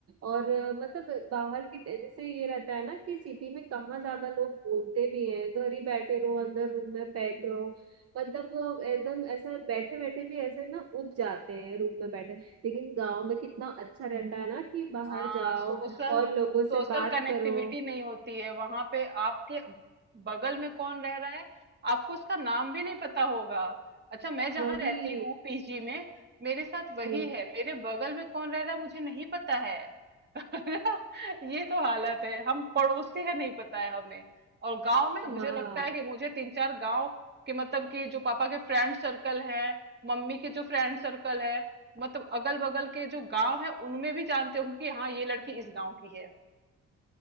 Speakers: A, on the right; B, on the right.
A: और अ, मतलब बाहर की जैसे ये रहता है ना कि सिटी में कहाँ ज्यादा लोग बोलते भी हैं घर ही बैठे रहो अंदर रूम में पैक रहो मतलब वो एकदम ऐसा बैठे बैठे भी ऐसे ना उब जाते हैं रूम में बैठे लेकिन गांव में कितना अच्छा रहता है ना कि बाहर
B: हाँ
A: जाओ
B: सोशल
A: और लोगों
B: सोशल
A: से बात
B: कनेक्टिविटी
A: करो
B: नहीं होती है वहां पे आपके बगल में कौन रह रहा है आपको उसका नाम भी नहीं पता होगा अच्छा मैं जहाँ
A: वही
B: रहती हूँ पीजी में मेरे साथ वही
A: हम्म,
B: है मेरे बगल में कौन रह रहा है मुझे नहीं पता है <laughs> ये तो हालत है हम पड़ोसी है नहीं पता है हमें और गांव में
A: हाँ
B: मुझे लगता है कि मुझे तीन चार गांव के मतलब कि जो पापा के फ्रेंड सर्कल है मम्मी के जो फ्रेंड सर्कल है मतलब अगल बगल के जो गांव है उनमें भी जानते होंगे कि हाँ ये लड़की इस गांव की है